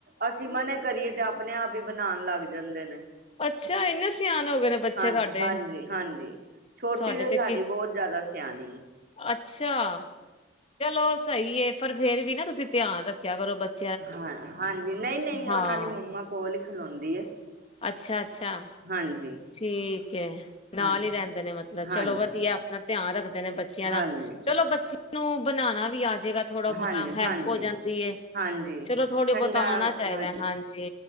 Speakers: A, on the right; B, on the left.
A: ਅਸੀਂ ਮਨਾਂ ਕਰੀਏਂ ਤਾਂ ਆਪਣੇਂ ਆਪ ਹੀ ਬਣਾਣ ਲੱਗ ਜਾਂਦੇਂ ਨੇਂ।
B: ਅੱਛਾ ਇੰਨੇ ਸਿਆਣੇ ਹੋ ਗਏ ਨੇ ਬੱਚੇ
A: ਹਾਂ,
B: ਤੁਹਾਡੇ
A: ਹਾਂਜੀ -ਹਾਂਜੀ। ਛੋਟੀ
B: ਸਾਡੇ
A: ਤੇ ਸਾਡੀ
B: ਕੀ
A: ਬਹੁਤ ਜ਼ਿਆਦਾ ਸਿਆਣੀ ਏ
B: ਅੱਛਾ, ਚਲੋਂ ਸਹੀ ਏਂ ਪਰ ਫ਼ਿਰ ਵੀ ਨਾ ਤੁਸੀਂ ਧਿਆਂਨ ਰੱਖਿਆਂ ਕਰੋਂ ਬਚ
A: ਹਾਂ, ਹਾਂਜੀ ਨਹੀਂ- ਨਹੀਂ
B: ਹਾਂ
A: ਉਹਨਾਂ ਦੀ ਮੰਮਾ ਕੋਲ਼ ਹੀ ਖਲੋਂਦੀ ਏਂ।
B: ਅੱਛਾ, ਅੱਛਾ।
A: ਹਾਂਜੀ।
B: ਠੀਕ ਏ, ਨਾਲ਼
A: ਹਾਂ
B: ਹੀ ਰਹਿੰਦੇਂ ਨੇਂ ਮੱਤਲਬ
A: ਹਾਂਜੀ
B: ਚਲੋਂ ਵਧੀਆ ਆਪਣਾ ਧਿਆਨ ਰੱਖਦੇ ਨੇਂ ਬੱਚਿਆਂ,
A: ਹਾਂਜੀ
B: ਦਾ ਚਲੋਂ ਬੱਚੇ ਨੂੰ ਬਣਾਣਾ ਵੀ ਆਜੇਗਾ। ਥੋੜਾਂ ਬਹੁਤਾਂ
A: ਹਾਂਜੀ
B: ਹੈਲਪ
A: ਹਾਂਜੀ
B: ਹੋ ਜਾਂਦੀ ਏ
A: ਹਾਂਜੀ
B: ਚਲੋਂ ਥੋੜ੍ਹੀ
A: ਠੰਡਾ
B: ਬਹੁਤਾ ਆਉਣਾਂ ਚਾਹੀਂਦਾ
A: ਹਾਂ
B: ਹਾਂਜੀ।